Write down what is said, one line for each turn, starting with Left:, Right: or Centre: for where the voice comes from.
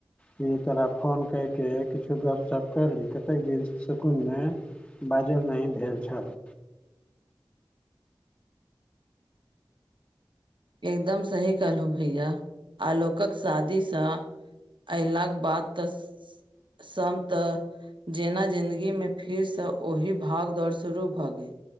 Left: क तोरा फोन कैके किछो गपशप करली कतेक दिन सुकुन मे, बाजल नैही भेल छल,
Right: एकदम सही कहलु भैया आलोक क शादी सँ अयलाक बाद तऽ सब तऽ, जेना जिन्दगी मे फेर से ओहि भाग दौड़ शुरू भऽ गेल,